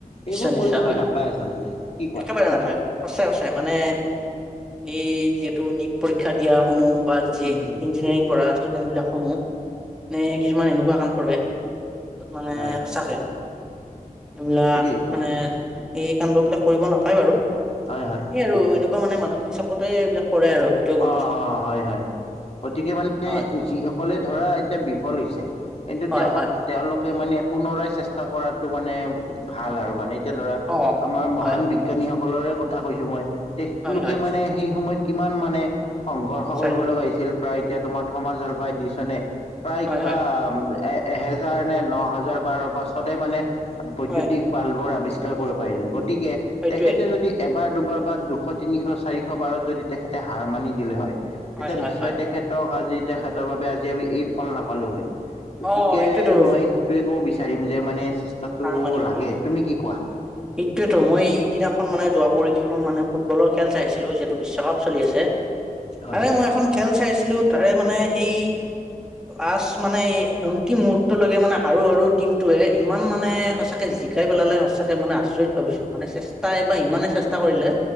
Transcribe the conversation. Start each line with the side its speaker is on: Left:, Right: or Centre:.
Centre: নিশ্চয়
Left: এইবোৰ
Centre: নিশ্চয়
Left: কৰিবলৈ
Centre: হয়
Left: নাপায়
Centre: হয়
Left: আচলতে কি কোৱা
Centre: একেবাৰে নাপায় সঁচাই সঁচাই মানে এই যে টো নিট পৰীক্ষা দিয়া সমূহ বা যি
Left: উম, উম,
Centre: ইঞ্জিনিয়াৰিং কৰা ষ্টুডেন্ট বিলাক সমূহ নে কিছুমান এনেকুৱা কাম কৰে মানে
Left: হয়,
Centre: সঁচাকে
Left: হয়
Centre: এইবিলাক
Left: ঠিকেই
Centre: মানে এই কাণ্ডবিলাক কৰিব নাপায় বাৰু
Left: হয় হয়
Centre: সে আৰু এনেকুৱা মানে মানসিক চাপতে এইবিলাক কৰে আৰু সেইটোয়ে গম
Left: অ
Centre: পাইছো মই
Left: অ হয় হয় গতিকে মানে
Centre: হয়
Left: যিসকলে ধৰা এতিয়া বিফল হৈছে কিন্তু
Centre: হয়
Left: তেওঁ
Centre: হয়
Left: তেওঁলোকে মানে পুনৰাই চেষ্টা কৰাটো মানে ভাল আৰু মানে এতিয়া ধৰা
Centre: অ
Left: আমাৰ মহান
Centre: হয়
Left: বিজ্ঞানী সকলৰে কথা কৈছো মই তেলোকে
Centre: হয় হয়
Left: মানে সেই সময়ত কিমান মানে সংঘৰ্ষৰ
Centre: সঁচাই
Left: কৰিব লগা হৈছিল প্ৰায় এতিয়া তোমাৰ থমাজল পাই দিচনে প্ৰায়
Centre: হয়
Left: কিবা
Centre: হয়
Left: এ এহেজাৰ নে ন হাজাৰ বাৰৰ পাছতহে মানে বৈদ্যুতিক
Centre: হয়
Left: বাল্বৰ আৱিষ্কাৰ কৰিব পাৰিলে গতিকে
Centre: সেইটোৱে
Left: তেখেতে যদি এবাৰ দুবাৰ বা দুশ তিনিশ চাৰিশ বাৰত যদি তেখেতে হাৰ মানি দিলে হয় তেতিয়া
Centre: হয় হয়
Left: নিশ্চয়
Centre: হয়
Left: তেখেতক আজি তেখেতৰ বাবে আজি আমি এই ফল নাপালো হয়। গতিকে
Centre: অ সেইটোৱেতো
Left: মই সেইটোৱে কব বিচাৰিম যে মানে চেষ্টাটো
Centre: হাৰ মানিব
Left: লাগে,
Centre: নালাগে
Left: তুমি কি কোৱা?
Centre: সেইটোৱেতো মই ইদিনাখন মানে যোৱা পৰহি খন মানে ফুটবলৰ খেল চাইছিলো যিহেতু বিশ্বকাপ চলি আছে
Left: <inaudible>
Centre: মানে
Left: হয়।
Centre: মই এখন খেল চাইছিলো তাৰে মানে সেই লাষ্ট মানে অন্তিম মুহুৰ্তলৈকে মানে সাৰু সাৰু টিমটোৱে ইমান মানে সঁচাকে জিক কাই পেলালে সঁচাকে মানে আচৰিত ভাবিছো মানে চেষ্টা এইবাৰ ইমানেই চেষ্টা কৰিলে